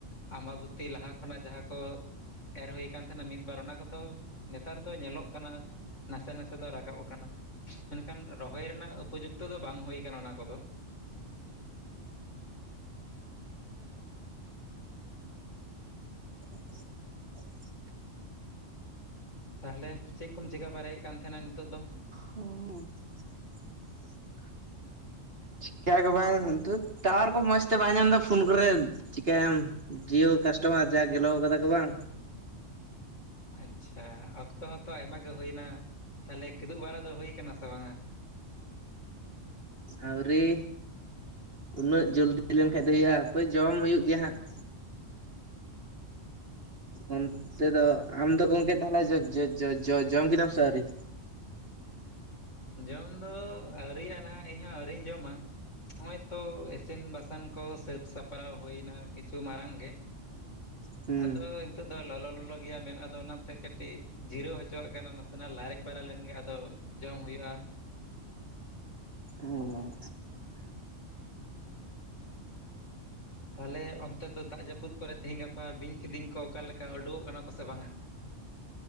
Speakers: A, on the left; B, on the right.
A: 'ᱟᱸᱵᱟᱵᱚᱛᱤ' ᱞᱟᱦᱟ ᱠᱷᱚᱱᱟᱜ ᱡᱟᱦᱟ ᱠᱚ ᱮᱨ ᱦᱩᱭ ᱟᱠᱟᱱ ᱛᱟᱦᱱᱟ ᱢᱤᱫ ᱵᱟᱨ ᱚᱱᱟ ᱠᱚᱫᱚ, ᱱᱮᱛᱟᱨ ᱫᱚ ᱧᱮᱞᱚᱜ ᱠᱟᱱᱟ, ᱱᱟᱥᱮ, ᱱᱟᱥᱮ ᱫᱚ ᱨᱟᱠᱟᱵ ᱟᱠᱟᱱᱟ ᱾ ᱢᱮᱱᱠᱷᱟᱱ, ᱨᱚᱦᱚᱭ ᱨᱮᱱᱟᱜ ᱩᱯᱚᱡᱩᱠᱛᱚ ᱫᱚ, ᱵᱟᱝ ᱦᱩᱭ ᱟᱠᱟᱱᱟ ᱚᱱᱟ ᱠᱚᱫᱚ ᱾ <inaudible>
B: <inaudible>
A: ᱛᱟᱦᱚᱞᱮ, ᱪᱮᱫ? ᱠᱚᱢ ᱪᱤᱠᱟᱹ ᱵᱟᱲᱟᱭᱮᱫ ᱠᱟᱱ ᱛᱟᱦᱮᱱᱟ, ᱱᱤᱛᱚᱜ ᱫᱚ?
B: ᱦᱩᱸ <unintelligible>
A: <inaudible>
B: ᱪᱤᱠᱟ ᱜᱮ ᱵᱟᱝ? ᱴᱟᱣᱟᱨ ᱠᱚ ᱢᱚᱸᱡᱽ ᱛᱮ, ᱵᱟᱭ ᱧᱟᱢ ᱮᱫᱟ ᱯᱷᱳᱱ ᱠᱚᱨᱮ, ᱪᱤᱠᱟᱹᱭᱟᱢ? ᱡᱤᱭᱳ ᱠᱟᱥᱴᱚᱢᱟᱨ, ᱡᱟ ᱜᱮᱞᱚ ᱟᱠᱟᱫᱟ ᱠᱚ ᱵᱟᱝ?
A: ᱟᱪᱪᱷᱟ, ᱚᱠᱛᱚ ᱦᱚᱸ ᱛᱚ ᱟᱭᱢᱟ ᱜᱮ ᱦᱩᱭ ᱮᱱᱟ ᱾ ᱛᱟᱦᱚᱞᱮ, ᱠᱤᱫᱩᱵ ᱵᱮᱲᱟ ᱫᱚ ᱦᱩᱭ ᱟᱠᱟᱱᱟ ᱥᱮ ᱵᱟᱝᱟ?
B: ᱟᱹᱣᱨᱤ, ᱩᱱᱟᱹᱜ ᱡᱚᱞᱫᱤ ᱞᱮᱱᱠᱷᱟᱱ ᱫᱚ, ᱦᱩᱭᱩᱜᱼᱟ ᱾ ᱦᱟᱯᱚᱭ ᱡᱚᱢ ᱦᱩᱭᱩᱜ ᱜᱮᱭᱟ, ᱦᱟᱸᱜ ᱾ ᱚᱱᱛᱮ ᱫᱚ, ᱟᱢ ᱫᱚ ᱜᱚᱝᱠᱮ, ᱛᱟᱦᱚᱞᱮ, ᱡᱚ ᱡᱚ ᱡᱚ ᱡᱚᱢ, ᱠᱮᱫᱟᱢ ᱥᱮ ᱟᱹᱣᱨᱤ?
A: ᱡᱚᱢ ᱫᱚ, ᱟᱹᱣᱨᱤᱭᱟᱜ ᱱᱷᱟᱸᱜ, ᱤᱧᱦᱚᱸ ᱟᱹᱣᱨᱤᱧ ᱡᱚᱢᱟ ᱾ ᱱᱚᱜᱼᱚᱭ ᱛᱚ, ᱤᱥᱤᱱ ᱵᱟᱥᱟᱝ ᱠᱚ, ᱥᱟᱹᱛ ᱥᱟᱯᱲᱟᱣ ᱦᱩᱭ ᱮᱱᱟ, ᱠᱤᱪᱷᱩ ᱢᱟᱲᱟᱝ ᱜᱮ ᱾
B: ᱦᱩᱸ
A: ᱟᱼᱫᱚᱭ ᱾ ᱱᱤᱛᱚᱜ ᱫᱚ, ᱞᱚᱞᱚ ᱞᱚᱞᱚ ᱜᱮᱭᱟ, ᱢᱮᱱ ᱟᱫᱚ ᱚᱱᱟᱛᱮ, ᱠᱟᱹᱴᱤᱡ ᱡᱤᱨᱟᱹᱣ ᱦᱚᱪᱚᱣᱚᱜ ᱠᱟᱱᱟ ᱾ ᱱᱟᱥᱮᱱᱟᱜ ᱞᱟᱲᱮᱡ, ᱵᱟᱲᱟ ᱞᱮᱱᱜᱤ ᱟᱫᱚ ᱾ ᱡᱚᱢ ᱦᱩᱭᱩᱜᱼᱟ ᱾
B: ᱳᱸᱻ᱾ᱸ
A: ᱛᱟᱦᱚᱞᱮ, ᱚᱱᱛᱮ ᱫᱚ ᱫᱟᱜ ᱡᱟᱹᱯᱩᱫ ᱠᱚᱨᱮ, ᱛᱤᱦᱤᱧ ᱜᱟᱯᱟ, ᱵᱤᱧ ᱠᱤᱰᱤᱧ ᱠᱚ, ᱚᱠᱟ ᱞᱮᱠᱟ, ᱩᱰᱩᱠᱚᱜ ᱠᱟᱱᱟ ᱠᱚ ᱥᱮ ᱵᱟᱝᱟ?